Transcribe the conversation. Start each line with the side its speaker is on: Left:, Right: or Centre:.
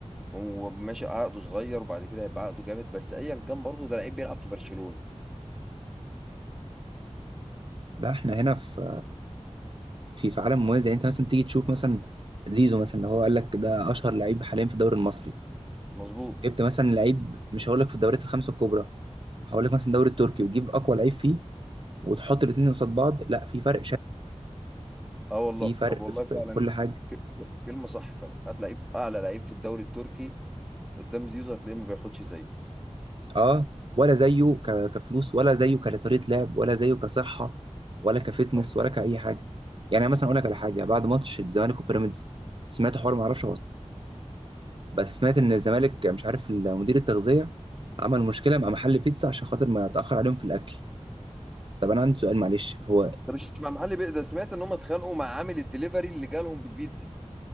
Centre: هو ماشي عقده صغير وبعد كده هيبقى عقده جامد بس ايا كان برضه ده لعيب بيلعب في برشلونة
Right: لا احنا هنا في في في عالم موازي يعني انت مثلا تيجي تشوف مثلا زيزو مثلا اللي هو قال لك ده اشهر لعيب حاليا في الدوري المصري
Centre: مظبوط
Right: جبت مثلا لعيب مش هقول لك في الدوريات الخمسه الكبرى هقول لك مثلا الدوري التركي وتجيب اقوى لعيب فيه وتحط الاثنين قصاد بعض لا في فرق شاسع
Centre: اه والله
Right: في فرق
Centre: طب والله
Right: في,
Centre: فعلا
Right: في كل حاجه
Centre: ك- ك- كلمة صح فعلا هتلاقيه اعلى لعيب في الدوري التركي قدام زيزو هتلاقيه ما بياخدش زيه
Right: اه ولا زيه ك- كفلوس ولا زيه كطريقه لعب ولا زيه كصحه ولا كفتنس
Centre: صح
Right: ولا كاي حاجه يعني أنا مثلا اقول لك على حاجه بعد ماتش الزمالك وبيراميدز سمعت حوار ما اعرفش هو صح، بس سمعت ان الزمالك مش عارف مدير التغذيه عمل مشكله مع محل بيتزا عشان خاطر ما اتاخر عليهم في الاكل طب انا عندي سؤال معلش هو
Centre: ده مش مع محل بيه ده سمعت ان هم اتخانقوا مع عامل الدليفري اللي جالهم بالبيتزا